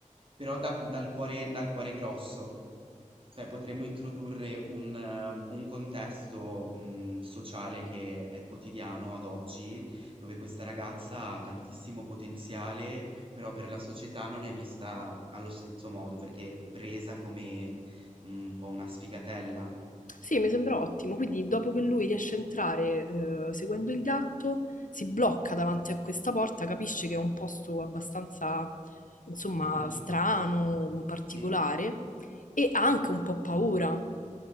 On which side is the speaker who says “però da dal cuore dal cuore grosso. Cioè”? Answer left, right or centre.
Right